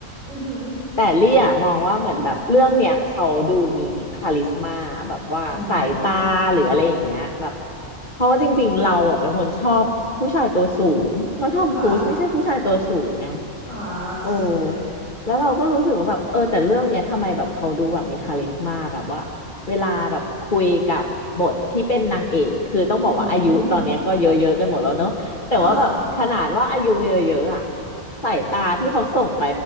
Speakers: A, on the right; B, on the left.
A: อือหือ
B: แต่เลี่ยมองว่าเหมือนแบบเรื่องเนี้ยเขาดูมีคาลิสมาแบบว่าสายตาหรืออะไรอย่างเงี้ยแบบ
A: อืม
B: เพราะว่าจริงๆเราอ่ะเป็นคนชอบผู้ชายตัวสูงแล้วทอมครูซไม่ใช่ผู้ชายตัวสูงไง
A: ค่ะอ่าใช่ใช่
B: โอ้แล้วเราก็รู้สึกว่าแบบเออแต่เรื่องเนี้ยทำไมแบบเขาดูแบบมีคาลิสมาแบบว่าเวลาแบบคุยกับบทที่เป็นนางเอกคือต้องบอกว่าอายุตอนเนี้ยก็เยอะๆกันหมดแล้วเนอะ
A: อืม
B: แต่ว่าแบบขนาดว่าอายุเยอะๆอ่ะ
A: ค่ะ
B: สายตาที่เขาส่งไป